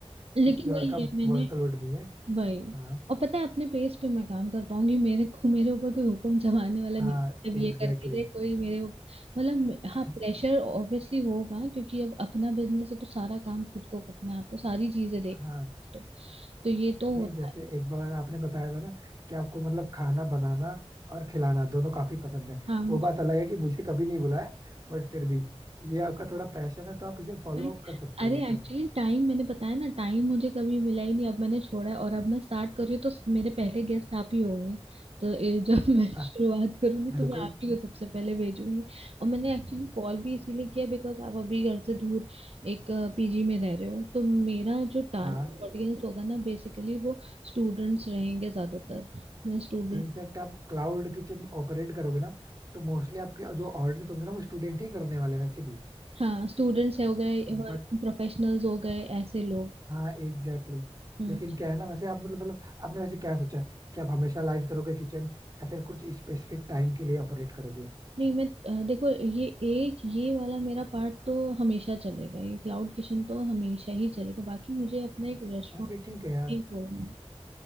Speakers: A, on the right; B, on the right.
A: लेकिन
B: किसी
A: वही
B: और का
A: है मैंने
B: वर्कलोड नहीं है
A: वही
B: हाँ
A: और पता है अपने पेस पे मैं काम कर पाऊंगी मेरे को मेरे ऊपर कोई हुक्म जमाने वाला
B: हाँ
A: नहीं जब ये
B: एग्जैक्टली
A: करके दे कोई मेरे उप- मतलब मे-
B: exactly.
A: हाँ प्रेशर ऑब्वियसली होगा क्योंकि अब अपना बिजनेस है तो सारा काम खुद को करना है आपको सारी चीजें देखनी
B: हाँ
A: है तो, तो ये तो
B: नहीं
A: होता
B: जैसे
A: है
B: एक बार आपने बताया था ना कि आपको मतलब खाना बनाना और खिलाना दोनों काफी पसंद है
A: हाँ मुझे
B: वो बात अलग है कि मुझे कभी नहीं बुलाया बट फिर भी ये आपका थोड़ा पैशन है तो आप इसे फॉलो
A: भाई,
B: अप कर सकते
A: अरे
B: हो ये तो
A: एक्चुअली
B: है
A: टाइम मैंने बताया ना टाइम मुझे कभी मिला ही नहीं अब मैंने छोड़ा है और अब मैं स्टार्ट कर रही हूँ तो मेरे पहले गेस्ट आप ही होंगे तो ये जब <laughs> मैं
B: हाँ
A: शुरुआत करूंगी
B: बिल्कुल
A: तो मैं आप ही को सबसे पहले भेजूंगी और मैंने एक्चुअली कॉल भी इसीलिए किया बिकॉज आप अभी घर से दूर एक पीजी में रह रहे हो तो मेरा जो टारगेट
B: हाँ
A: ऑडियंस होगा ना बेसिकली वो स्टूडेंट्स रहेंगे ज्यादातर मैं स्टूडेंट
B: इनफैक्ट आप क्लाउड किचन ऑपरेट करोगे ना तो मोस्टली आपके जो ऑर्डर होंगे ना वो स्टूडेंट ही करने वाले हैं वैसे भी
A: हाँ स्टूडेंट्स हो गए वर्क
B: बट
A: प्रोफेशनल्स हो गए ऐसे लोग
B: हाँ एग्जैक्टली exactly.
A: हम्म।
B: लेकिन क्या है ना वैसे आप मतलब मतलब आपने वैसे क्या सोचा है कि आप हमेशा लाइव करोगे किचन या फिर कुछ स्पेसिफिक टाइम के लिए ऑपरेट करोगे
A: नहीं मैं अ, देखो ये एक ये वाला मेरा पार्ट तो हमेशा चलेगा ये क्लाउड किचन तो हमेशा ही चलेगा बाकी मुझे अपना एक रेस्टोरेंट
B: हाँ फिर ठीक है यार
A: नहीं खोलना है